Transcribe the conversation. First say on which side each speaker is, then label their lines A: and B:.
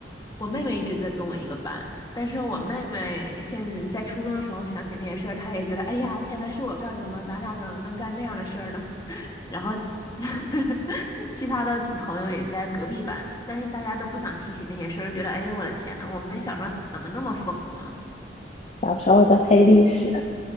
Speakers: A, on the left; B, on the left.
A: 我妹妹一直在跟我一个班，但是我妹妹现在在初中的时候想起那些事儿，她也觉得，哎呀，天呐，是我干的吗？咱俩怎么能干那样的事儿呢？然后 <laughs> 其他的朋友也在隔壁班，但是大家都不想提起那些事儿，觉得，哎呀，我的天呐，我们小时候怎么那么疯呢？
B: 小时候的黑历史，